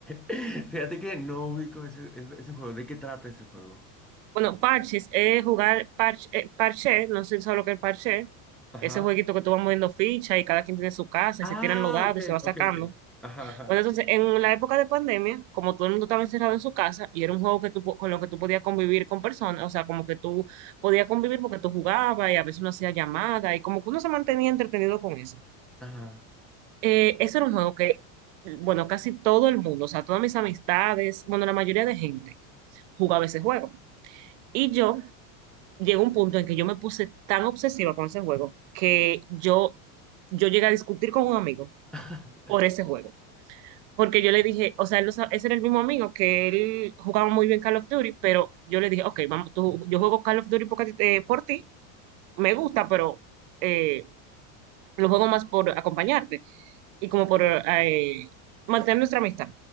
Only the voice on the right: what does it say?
Bueno, parches es jugar parche, eh, parche, no sé si sabes lo que es parche.
Ese jueguito que tú vas moviendo ficha y cada quien tiene su casa
y se tiran los dados
y se va sacando.
Bueno, entonces, en la época de pandemia, como todo el mundo estaba encerrado en su casa y era un juego que tú, po- con lo que tú podías convivir con personas, o sea, como que tú podías convivir porque tú jugabas y a veces uno hacía llamada y como que uno se mantenía entretenido con eso.
Eh, ese era un juego que, bueno, casi todo el mundo, o sea, todas mis amistades, bueno, la mayoría de gente jugaba ese juego. Y yo llegó un punto en que yo me puse tan obsesiva con ese juego que yo, yo llegué a discutir con un amigo
por ese juego. Porque yo le dije, o sea, él no sa- ese era el mismo amigo que él jugaba muy bien Call of Duty, pero yo le dije, ok, vamos, tú- yo juego Call of Duty porque, a ti te- por ti, me gusta, pero eh, lo juego más por acompañarte y como por eh, mantener nuestra amistad.